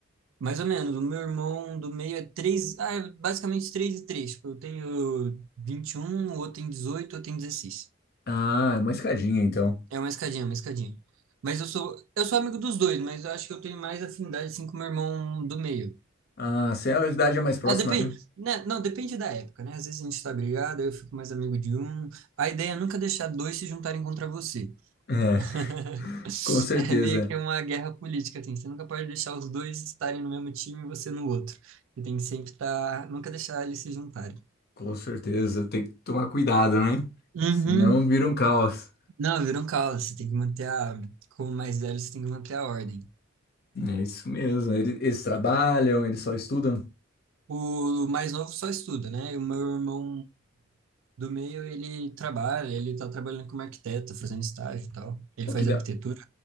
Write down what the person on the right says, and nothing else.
Mais ou menos, o meu irmão do meio é três, ah, é basicamente três e três. Tipo, eu tenho vinte e um o outro tem dezoito o outro tem dezesseis
É uma escadinha, uma escadinha. Mas eu sou, eu sou amigo dos dois, mas eu acho que eu tenho mais afinidade, assim, com o meu irmão do meio.
Ah, depende,
né, não, depende da época, né? Às vezes a gente tá brigado, aí eu fico mais amigo de um. A ideia é nunca deixar dois se juntarem contra você. <laughs>
É meio que uma guerra política, assim. Você nunca pode deixar os dois estarem no mesmo time e você no outro. Você tem que sempre estar, nunca deixar eles se juntarem.
Uhum.
Não, virou um caos. Você tem que manter a, como mais velho, você tem que manter a ordem.
O mais novo só estuda, né? E o meu irmão do meio, ele trabalha, ele tá trabalhando como arquiteto, fazendo estágio e tal. Ele
faz
arquitetura.